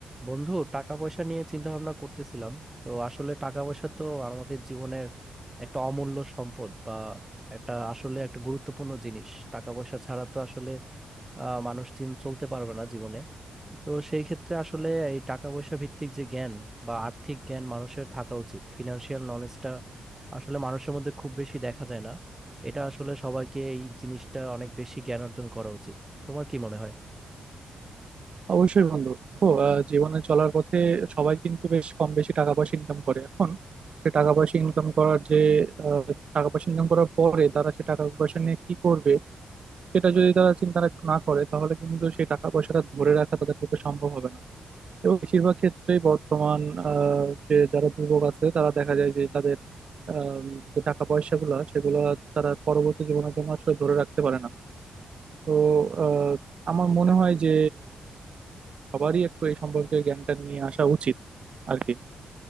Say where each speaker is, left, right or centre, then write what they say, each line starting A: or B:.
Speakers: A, on the right; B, on the right.
A: বন্ধু টাকা পয়সা নিয়ে চিন্তা ভাবনা করতেছিলাম তো আসলে টাকা পয়সা তো আমাদের জীবনের একটা অমূল্য সম্পদ বা একটা আসলে একটা গুরুত্বপূর্ণ জিনিস টাকা পয়সা ছাড়া তো আসলে আহ, মানুষ দিন চলতে পারবে না জীবনে তো সেই ক্ষেত্রে আসলে এই টাকা পয়সা ভিত্তিক যে জ্ঞান বা আর্থিক জ্ঞান মানুষের থাকা উচিত ফিনান্সিয়াল নলেজটা আসলে মানুষের মধ্যে খুব বেশি দেখা যায় না এটা আসলে সবাইকে এই জিনিসটা অনেক বেশি জ্ঞান অর্জন করা উচিত তোমার কি মনে হয়
B: অবশ্যই বন্ধু দেখো আহ, জীবনে চলার পথে সবাই কিন্তু বেশ কম বেশি টাকা পয়সা ইনকাম করে এখন সে টাকা পয়সা ইনকাম করার যে আহ, টাকা পয়সা ইনকাম করার পরে তারা সে টাকা পয়সা নিয়ে কি করবে সেটা যদি তারা চিন্তা রাখ- না করে তাহলে কিন্তু সেই টাকা পয়সাটা ধরে রাখা তাদের পক্ষে সম্ভব হবে না এবং বেশিরভাগ ক্ষেত্রেই বর্তমান আহ, যে যারা যুবক আছে তারা দেখা যায় যে তাদের আহ, যে টাকা পয়সাগুলো সেগুলো তারা পরবর্তী জীবনের জন্য আসলে ধরে রাখতে পারে না তো আহ, আমার মনে হয় যে সবারই একটু এই সম্পর্কে জ্ঞানটা নিয়ে আসা উচিত আর কি